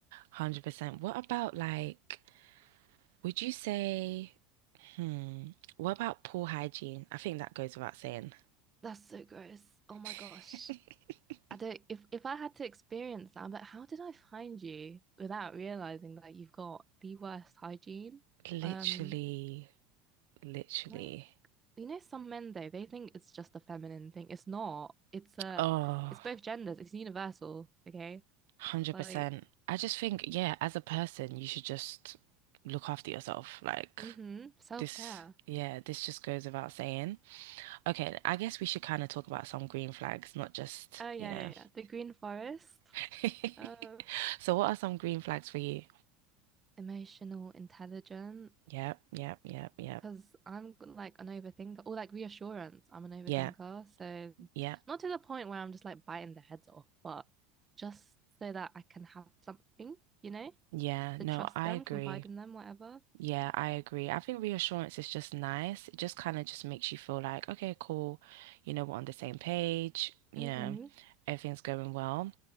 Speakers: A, on the right; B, on the right.
A: 100%. <laughs> What about like, would you say, hmm, what about poor hygiene? I think that goes without saying.
B: That's so gross. Oh my gosh.
A: <laughs>
B: I don't if if I had to experience that, I'm like, how did I find you without realizing that you've got the worst hygiene?
A: Literally,
B: Um,
A: literally.
B: like you know, some men though, they think it's just a feminine thing. It's not. It's uh
A: Oh,
B: it's both genders, it's universal, okay?
A: 100%.
B: Like,
A: I just think, yeah, as a person, you should just look after yourself. Like
B: mm-hmm, self-care.
A: this, yeah, this just goes without saying. Okay, I guess we should kind of talk about some green flags, not just,
B: Oh yeah,
A: you know.
B: yeah, yeah. The Green Forest,
A: <laughs>
B: Uh,
A: So what are some green flags for you?
B: emotional intelligence.
A: Yep, yep, yep, yep.
B: Because I'm like an overthinker or like reassurance. I'm an overthinker.
A: Yeah,
B: So,
A: yeah,
B: not to the point where I'm just like biting their heads off, but just so that I can have something, you know,
A: yeah.
B: to
A: No,
B: trust
A: I
B: them,
A: agree.
B: confide in them, whatever.
A: Yeah, I agree. I think reassurance is just nice. It just kind of just makes you feel like, okay, cool, you know, we're on the same page, you
B: Mm-hmm.
A: know, everything's going well.